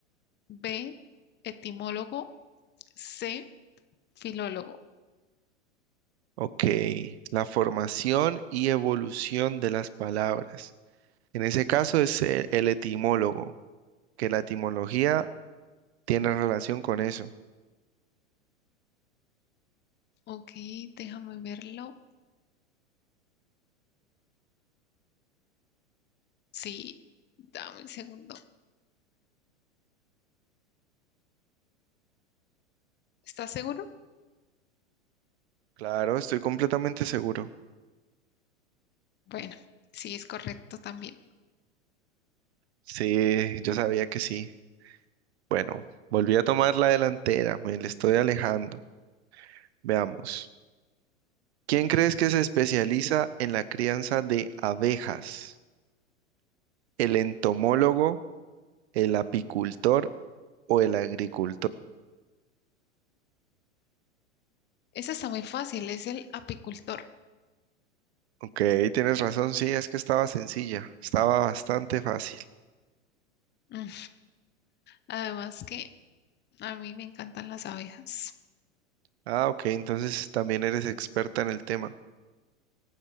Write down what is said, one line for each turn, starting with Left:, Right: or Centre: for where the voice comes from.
Left: B, etimólogo, C, filólogo.
Right: Ok, la formación y evolución de las palabras. En ese caso es el, el etimólogo, que la etimología tiene relación con eso.
Left: Ok, déjame verlo. Sí, dame un segundo. ¿Estás seguro?
Right: Claro, estoy completamente seguro.
Left: Bueno, sí, es correcto también.
Right: Sí, yo sabía que sí. Bueno, volví a tomar la delantera, me le estoy alejando. Veamos. ¿Quién crees que se especializa en la crianza de abejas? ¿El entomólogo, el apicultor o el agricultor?
Left: Esa está muy fácil, es el apicultor.
Right: Ok, tienes razón, sí, es que estaba sencilla, estaba bastante fácil.
Left: Mm, Además que a mí me encantan las abejas.
Right: Ah, ok, entonces también eres experta en el tema.